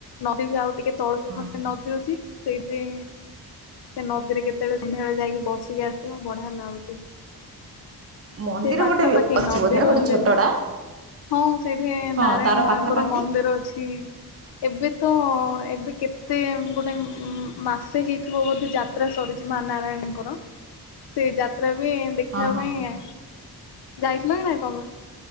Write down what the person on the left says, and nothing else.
ନଦୀ ବି ଆଉ ଟିକେ ତଳକୁ
ଖସେ ନଦୀ ଅଛି ସେଇଠି ସେ ନଦୀରେ କେତେବେଳେ ସନ୍ଧ୍ୟା ବେଳେ ଯାଇକି ବସିକି ଆସିବ ବଢିଆ ଲାଗୁଚି।
ସେ ପାଖାପାଖି
ନଦୀରୁ
ହେଲେନେ
ହଁ ସେଇଠେ
ନାରାୟଣୀ
ମାଙ୍କର
ମନ୍ଦିର ଅଛି। ଏବେ ତ ଏବେ କେତେ ଗୋଟେ ମାସେ ହେଇଥିବ ବୋଧେ ଯାତ ଯାତ୍ରା ସରୁଛି ମା ନାରାୟଣି ଙ୍କର ସେ ଯାତ୍ରା ବି ଦେଖିବା
ପାଇଁ ଆ ଯାଇଥିଲ କି ନାଇଁ ତମେ